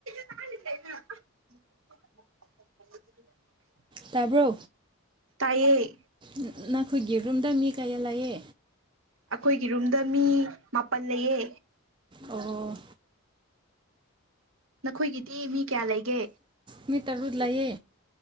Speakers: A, on the right; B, on the right.
A: ꯆ <inaudible>
B: ꯇꯥꯕ꯭ꯔꯣ
A: ꯇꯥꯏꯌꯦ
B: ꯅ ꯅꯥꯈꯣꯏꯒꯤ ꯔꯨꯝꯗ ꯃꯤ ꯀꯌꯥ ꯂꯩꯌꯦ
A: ꯑꯩꯈꯣꯏꯒꯤ ꯔꯨꯝꯗ ꯃꯤ ꯃꯥꯄꯟ ꯂꯩꯌꯦ
B: ꯑꯣ
A: ꯅꯈꯣꯏꯒꯤꯗꯤ ꯃꯤ ꯀꯌꯥ ꯂꯩꯒꯦ
B: ꯃꯤ ꯇꯔꯨꯛ ꯂꯩꯌꯦ